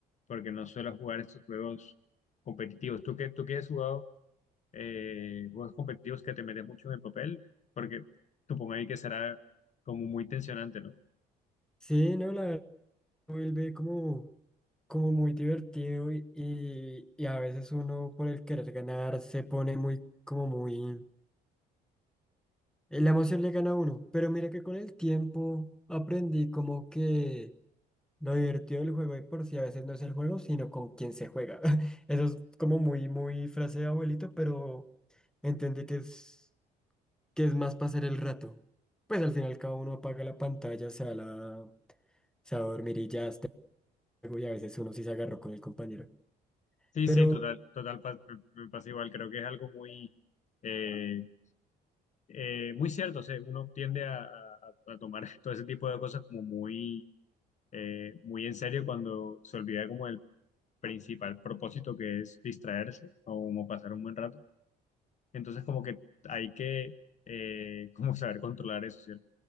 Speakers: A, on the left (about 45°); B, in the centre.
A: porque no suelo jugar estos juegos competitivos. ¿Tú qué, tú qué has jugado? eh, juegos competitivos que te metes mucho en el papel, porque supongo ahí que será como muy tensionante, ¿no?
B: Sí, no, la verdad vuelve como, como muy divertido y, y, y a veces uno por el querer ganar se pone muy, como muy... eh, La emoción le gana a uno, pero mira que con el tiempo aprendí como que lo divertido del juego de por sí a veces no es el juego, sino con quien se juega. <laughs> Eso es como muy, muy frase de abuelito, pero entendí que es, que es más pasar el rato. Pues al final cada uno apaga la pantalla, se va a la... se va a dormir y ya juego y a veces uno sí se agarró con el compañero.
A: Sí,
B: Pero
A: sí, total, total, pa- me, me pasa igual, creo que es algo muy, eh, eh, muy cierto, o sea, uno tiende a, a- a tomar <laughs> todo ese tipo de cosas como muy, eh, muy en serio cuando se olvida como el principal propósito que es distraerse o como pasar un buen rato, entonces como que hay que eh, <laughs> como saber controlar eso, ¿cierto?